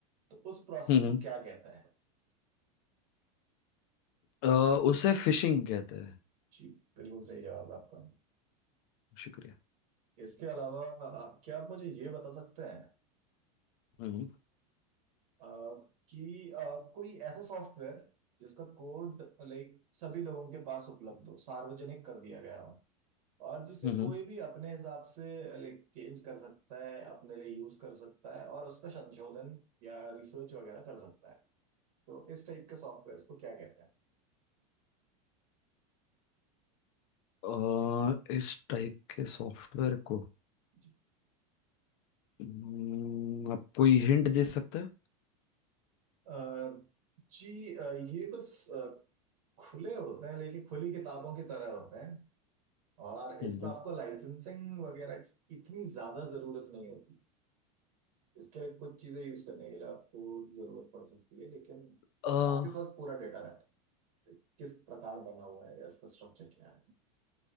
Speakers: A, on the right (about 75°); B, on the left (about 50°).
A: तो उस प्रोसेस
B: हम्म हम्म।
A: को क्या कहता है
B: अ, उसे फिशिंग कहते हैं
A: जी बिल्कुल सही जवाब आपका
B: शुक्रिया
A: इसके अलावा अ, क्या आप मुझे ये बता सकते हैं
B: हम्म
A: अ, कि अ, कोई ऐसा सॉफ्टवेयर जिसका कोड लाइक सभी लोगों के पास उपलब्ध हो सार्वजनिक कर दिया गया हो और जिसे
B: हम्म हम्म।
A: कोई भी अपने हिसाब से लाइक चेंज कर सकता है अपने लिए यूज कर सकता है और उस पर संशोधन या रिसर्च वगैरह कर सकता है तो इस टाइप के सॉफ्टवेयर को क्या कहते हैं
B: आ, इस टाइप के सॉफ्टवेयर को
A: जी
B: हम्म, आप कोई हिंट दे सकते हैं
A: अ, जी अ, ये बस अ, खुले होते हैं लेकिन खुली किताबों की तरह होते हैं और इस
B: हम्म।
A: पे आपको लाइसेंसिंग वगैरह की इतनी ज्यादा जरूरत नहीं होती इसके लिए कुछ चीजें यूज करने के लिए आपको जरूरत पड़ सकती है लेकिन
B: आ,
A: आपके पास पूरा डेटा रहता है किस प्रकार बना हुआ है या इसका स्ट्रक्चर क्या है